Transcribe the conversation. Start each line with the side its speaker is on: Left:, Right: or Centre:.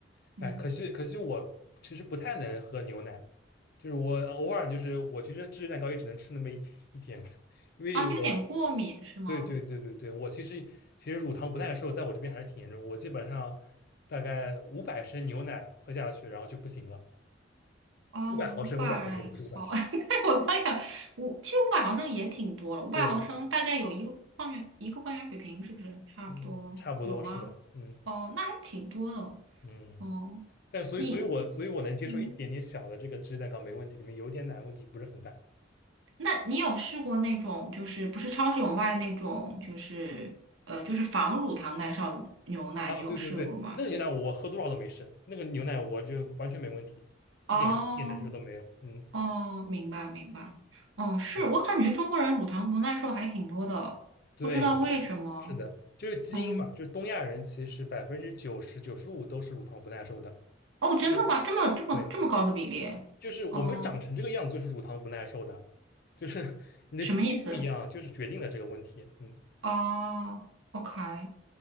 Right: 嗯，
Left: 哎，可惜可惜，我其实不太能喝牛奶，就是我偶尔就是我其实芝士蛋糕也只能吃那么一一点嘛 <laughs> 因为我
Right: 啊，你有点过敏是吗？
Left: 对对对对对，我其实其实乳糖不耐受在我这边还是挺严重，我基本上大概五百升牛奶喝下去，然后就不行了，
Right: 啊，
Left: 五百毫升，
Right: 五百毫，
Left: 五百毫升不是五百升，
Right: <laughs> 对，我刚想五，其实五百毫升也挺多了，五百毫升大概有一个矿泉一个矿泉水瓶，
Left: 对，
Right: 是不是差不多有吗？
Left: 嗯，差不多是的，嗯
Right: 哦，那还挺多的。
Left: 嗯，
Right: 哦，
Left: 但所以所以我所以我能接受一点点小的这个芝士蛋糕没问题，
Right: 你，嗯，
Left: 里面有点奶问题不是很大，
Right: 那你有试过那种，就是不是超市有卖那种，就是呃，就是防乳糖耐受的牛奶，
Left: 啊，
Right: 你有试过吗？
Left: 对对对，那个牛奶我我喝多少都没事，那个牛奶我就完全没问题，一点一点难受都没有。
Right: 哦，
Left: 嗯，
Right: 哦，明白明白。哦，是我感觉中国人乳糖不耐受还挺多的，
Left: 对对，
Right: 不知道为什么。
Left: 真是的，就是基因嘛，
Right: 嗯，
Left: 就是东亚人其实百分之九十九十五都是乳糖不耐受的，
Right: 哦，
Left: 就是
Right: 真的吗？这么这么这么高的比例？
Left: 对，就是我们长成这个样子就是乳糖不耐受的，
Right: 哦，
Left: 就是 <laughs> 你的基因不一样，
Right: 什么意思？
Left: 就是决定了这个问题。嗯，
Right: 哦，OK，